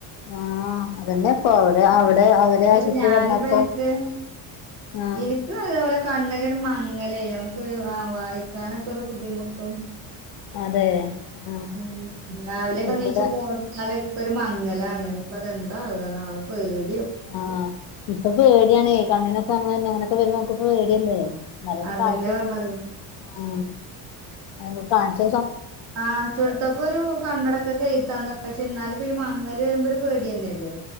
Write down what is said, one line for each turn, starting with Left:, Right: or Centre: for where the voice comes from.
Left: ആഹ് അതന്നെ ഇപ്പൊ അവിടെ
Right: <unintelligible>
Left: അവിടെ അവര് ആശുപത്രി
Right: ഞാനിപ്പ
Left: കിടന്നപ്പോ
Right: ഇനിക്ക്
Left: ആഹ്
Right: ഇനിക്ക് അതേപോലെ കണ്ണനൊരു മ ങ്ങല് നമുക്ക് ആ വായിക്കാനൊക്കെ ഒരു ബുദ്ധിമുട്ടും
Left: അതെ ആഹ്
Right: ഉം രാവിലെ ഒക്കെ
Left: ഇവിടെ
Right: നീച്ച് <unintelligible> ഇപ്പൊ ഒരു മങ്ങലാണ് ഇനീപ്പം ഇതെന്താ ആകന്നാവ ഒരു പേടി
Left: ആഹ് ഇപ്പൊ പേടിയാണേ കണ്ണിനൊക്കെ <unintelligible> അങ്ങനൊക്കെ വരുമ്പം നമ്മക്ക് പേടിയല്ലേ ഇന്നലോന്നു
Right: അതന്നെ
Left: കാണിചോക്കണ്ട്
Right: പറഞ്ഞത്
Left: ആ <unintelligible> കാണിച്ച
Right: കാൺച്ചോട്ത്തപ്പൊരു കണ്ണടക്കൊക്കെ എഴുതി തന്നു പക്ഷെ ഇന്നാല് ഇപ്പ ഈ മങ്ങ ലേര്മ്പ ഒരു പേടി തന്നെ അല്ലേ.